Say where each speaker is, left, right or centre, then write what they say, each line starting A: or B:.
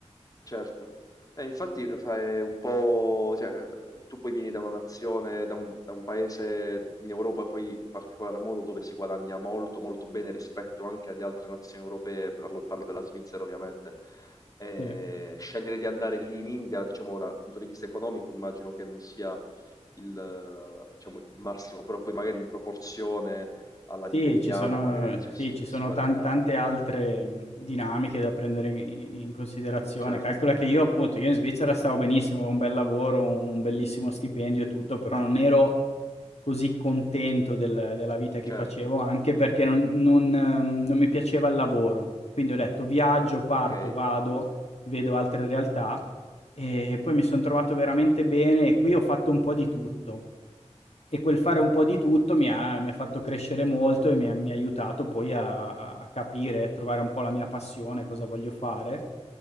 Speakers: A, on the left (about 30°); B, on the left (about 65°).
A: Certo. Eh, infatti fa- è un po', cioè, eh, tu poi vieni da una nazione, da un, da un paese in Europa, poi in particolar modo dove si guadagna molto, molto bene rispetto anche ad altre nazioni europee, parlo, parlo della Svizzera ovviamente. Eh,
B: Sì.
A: scegliere di andare lì in India, diciamo, dal punto di vista economico, immagino che non sia il, eh, diciamo, il massimo, però poi magari in proporzione alla
B: Sì,
A: vita indiana,
B: ci sono
A: magari, cioè,
B: sì,
A: si,
B: ci sono
A: si guadagna,
B: tan tante altre, mhmm, dinamiche da prendere in i in considerazione.
A: certo,
B: Calcola che io appunto io in Svizzera stavo benissimo, avevo un bel lavoro, un bellissimo stipendio e tutto, però non ero così contento del della vita che
A: certo,
B: facevo, anche perché non non ehm, non mi piaceva il lavoro. Quindi ho detto: "Viaggio, parto,
A: ok.
B: vado, vedo altre realtà", e poi mi son trovato veramente bene e qui ho fatto un po' di tutto. E quel fare un po' di tutto mi ha mi ha fatto crescere molto e mi ha mi ha aiutato poi a a capire e trovare un po' la mia passione, cosa voglio fare.